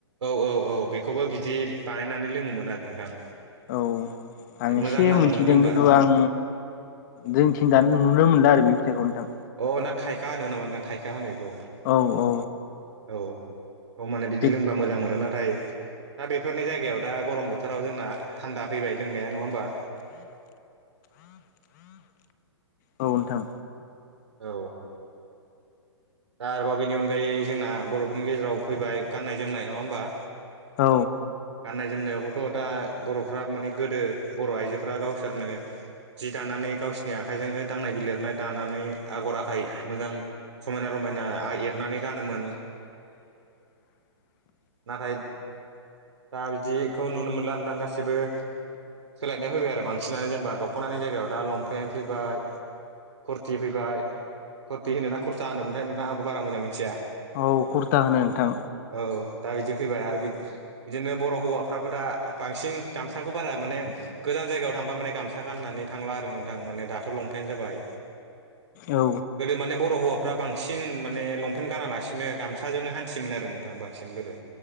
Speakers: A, on the right; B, on the left.
A: औ-औ-औ बेखौबो बि। दि बानायनानै लोङोमोन आरो नोंथां।
B: औ आं
A: मोजां
B: एसे
A: नाङोमोन
B: मिथिदों
A: लोंबा
B: खिन्तु आं जोंथिं दानो नुनो मोनदों आरो बे फिथाइखौ नोंथां।
A: अ! ना थाइखा होनोमोन‌ नामा नोंथां? थाइखा होनो बेखौ
B: औ औ
A: औ। औ माने बिदि
B: बे
A: लोंबा मोजां मोनो ना। नाथाय दा बेफोरनि जायगायाव दा गरम बोथोराव जोंना थान्दा फैबाय लोंनाया नङा होमबा?
B: <unintelligible> औ नोंथां।
A: औ। दा आरोबाव बेनि अनगायै जोंना बर'फोरनि गेजेराव फैबाय गाननाय- जोमनाय नङा होमबा?
B: औ।
A: गाननाय जोमनायावबोथ' दा बर'फ्रा माने गोदो बर' आइजोफ्रा गावसोरनो जि दानानै गावसिनि आखाइजोंनो दांनाय बिलिरनाय दानानै आगर आखाइ मोजां समायना रमायना आ एरनानै गानोमोन। <inaudible> नाथाय दा बिदिखौ नुनो मोनला नोंथां गासिबो सोलायनाय फैबाय आरो बांसिनानो जेनेबा दख'नानि जायगायाव दा लंपेन्ट फैबाय। कुरथि फैबाय कुरथि होनोना खुरथा होनोमोनथाय नोंथाङा आंबो बारा मोजां मिथिया।
B: औ कुरता होनो नोंथां।
A: औ दा बिदि फैबाय आरो बि बिदिनो बर' हौवाफ्राबो दा बांसिन गामसाखौ बारा माने गोजान जायगायाव थांबा माने गामसा गाननानै नै थांला आरो नोंथां माने दाथ' लपेन्ट जाबाय
B: औ
A: गोदो माने बर' हौवा फ्रा बांसिन माने लंपेन्ट गानालासिनो गामसाजोंनो हान्थियोमोन आरो नोंथां बांसिन गोदो।